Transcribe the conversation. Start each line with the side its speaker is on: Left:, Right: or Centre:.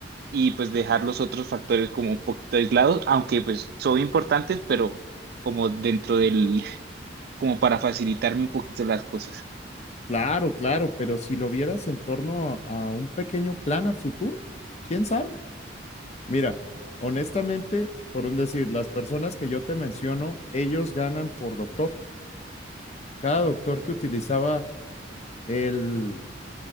Right: y pues dejar los otros factores como un poquito aislados, aunque pues son importantes, pero como dentro del, <laughs> como para facilitarme un poquito las cosas.
Left: Claro, claro, pero si lo vieras en torno a a un pequeño plan a futuro, ¿quién sabe? Mira, honestamente, por un decir, las personas que yo te menciono, ellos ganan por doctor. Cada doctor que utilizaba el,